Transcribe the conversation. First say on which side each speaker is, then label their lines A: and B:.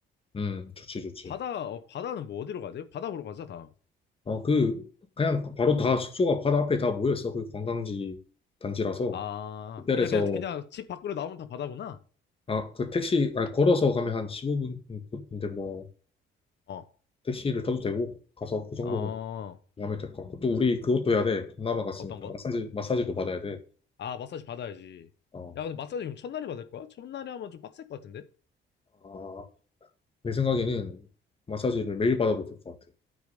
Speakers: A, on the left; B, on the left.
A: 음, 좋지, 좋지.
B: 바다, 어, 바다는 뭐 어디로 가야 돼요? 바다 보러 가자, 다음.
A: 어, 그, 그냥 바로 다 숙소가 바다 앞에 다 모여있어. 그 관광지 단지라서.
B: 아,
A: 호텔에서,
B: 그냥, 그냥, 그냥 집 밖으로 나오면 다 바다구나?
A: 아, 그 택시, 아, 걸어서 가면 한 15분인데 뭐,
B: 어,
A: 택시를 타도 되고, 가서 그 정도는
B: 어,
A: 하면 될 것 같고. 또 우리 그것도 해야 돼. 동남아 갔으니까
B: 어떤 거?
A: 마사지, 마사지도 받아야 돼.
B: 아, 마사지 받아야지.
A: 어,
B: 야, 근데 마사지 그럼 첫날에 받을 거야? 첫날에 하면 좀 빡셀 것 같은데?
A: 아, 내 생각에는 마사지를 매일 받아도 될 것 같아.